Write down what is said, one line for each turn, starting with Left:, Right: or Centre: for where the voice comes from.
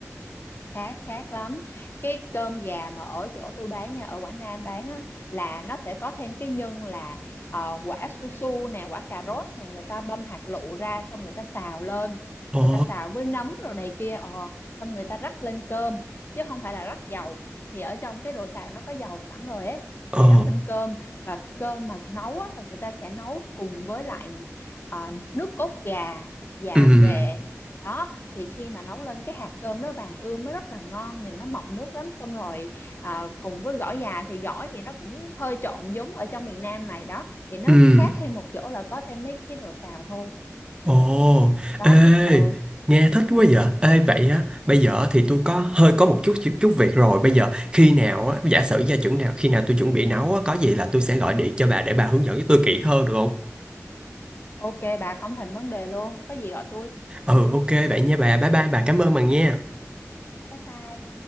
Left: khác khác lắm cái cơm gà mà ở chỗ tôi bán nha ở Quảng Nam bán á là nó sẽ có thêm cái nhân là ờ, quả su su nè quả cà rốt nè người ta băm hạt lựu ra xong người ta xào lên
Right: Ồ,
Left: người ta xào với nấm rồi này kia ờ xong người ta rắc lên cơm chứ không phải là rắc dầu thì ở trong cái đồ xào nó có dầu sẵn rồi ấy
Right: ồ,
Left: để rắc lên cơm và cơm mà nấu á là người ta sẽ nấu cùng với lại ờ, nước cốt gà và
Right: ừm,
Left: nghệ đó thì khi mà nấu lên cái hạt cơm nó vàng ươm nó rất là ngon nhìn nó mọng nước lắm xong rồi à, cùng với gỏi già thì gỏi thì nó cũng hơi trộn giống ở trong miền Nam này đó thì nó
Right: ừm,
Left: khác thêm một chỗ là có thêm mấy cái đồ xào thôi
Right: ồ,
Left: đó
Right: ê,
Left: ừ
Right: nghe thích quá vậy. Ê vậy á, bây giờ thì tôi có hơi có một chút chút, chút việc rồi. Bây giờ khi nào á, giả sử gia chừng nào khi nào tôi chuẩn bị nấu á, có gì là tôi sẽ gọi điện cho bà để bà hướng dẫn với tôi kỹ hơn được không?
Left: ok bà không thành vấn đề luôn có gì gọi tôi
Right: Ừ ok vậy nha bà. Bye bye bà cảm ơn bà nha.
Left: bye bye